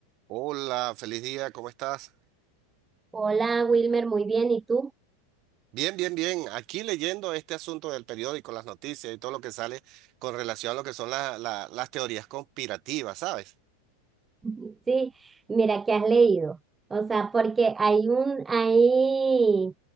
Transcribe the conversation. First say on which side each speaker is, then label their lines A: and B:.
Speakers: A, on the right; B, on the right.
A: Hola, feliz día, ¿cómo estás?
B: Hola Wilmer, muy bien. ¿Y tú?
A: Bien, bien, bien. Aquí leyendo este asunto del periódico, las noticias y todo lo que sale con relación a lo que son la- la- las teorías conspirativas, ¿sabes?
B: <laughs> Sí, mira que has leído. O sea, porque hay un, hay,